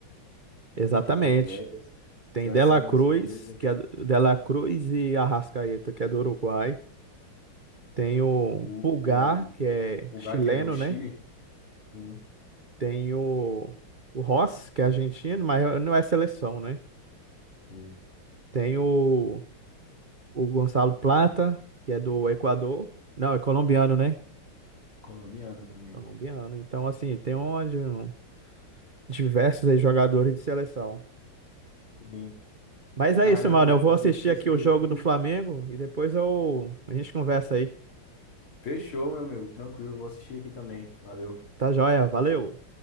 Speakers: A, on the right; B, on the left.
A: Exatamente.
B: tem os atletas.
A: Tem
B: Seleção
A: Dela
B: brasileira,
A: Cruz, que é do- Dela Cruz e Arrascaeta, que é do Uruguai. Tem o
B: o
A: Pulgar, que é
B: o Pulgar,
A: chileno,
B: que é do Chile,
A: né?
B: sim,
A: Tem o, o Ross, que é argentino, mas não é seleção, né?
B: sim,
A: Tem o, o Gonçalo Plata, que é do Equador. Não, é colombiano, né?
B: colombiano também.
A: Colombiano. Então, assim, tem um, de um- diversos aí jogadores de seleção.
B: Sim.
A: Mas é
B: Caramba,
A: isso, mano.
B: velho,
A: Eu
B: acabei
A: vou assistir
B: de perceber
A: aqui o jogo
B: aqui.
A: do Flamengo e depois eu, a gente conversa aí.
B: Fechou, meu amigo, tranquilo, vou assistir aqui também. Valeu.
A: Tá joia? Valeu!